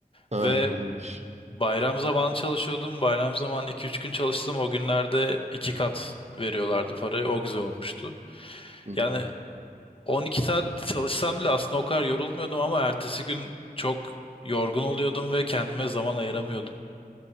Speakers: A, on the right; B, on the left.
A: Ha
B: Ve
A: iyiymiş.
B: Bayram zamanı çalışıyordum. Bayram zamanı iki üç gün çalıştım. O günlerde 2 kat veriyorlardı parayı. O güzel olmuştu.
A: Hı
B: Yani
A: hı.
B: 12 saat çalışsam bile aslında o kadar yorulmuyordum ama ertesi gün çok yorgun oluyordum ve kendime zaman ayıramıyordum.